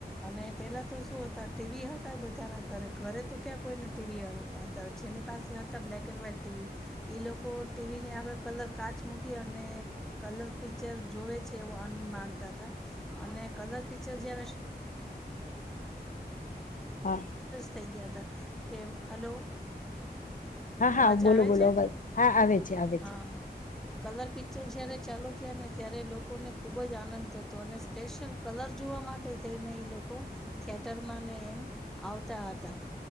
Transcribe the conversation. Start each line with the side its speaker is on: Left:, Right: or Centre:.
Centre: અને પેલા તો શું હતા ટીવી હતા બધાના ઘરે ઘરે તો ક્યાં કોઈને ટીવી હતા જેની પાસે હતા બ્લેક એન્ડ વ્હાઈટ ટીવી એ લોકો ટીવીની આગળ કલર કાચ મૂકી અને કલર પિક્ચર જોવે છે એવો આનંદ માણતા હતા. અને કલર પિક્ચર જે
Left: હા
Centre: થઈ ગયા તા કે હલો
Left: હા
Centre: અવાજ
Left: હા બોલો
Centre: આવે
Left: બોલો
Centre: છે
Left: અવાજ હા આવે છે આવે
Centre: હા
Left: છે
Centre: કલર પિક્ચર જયારે ચાલુ થ્યા ને ત્યારે લોકોને ખુબ જ આનંદ થ તો સ્પેશિયલ કલર જોવા માટે થઈને લોકો થિયેટર માં ને એમ આવતા હતા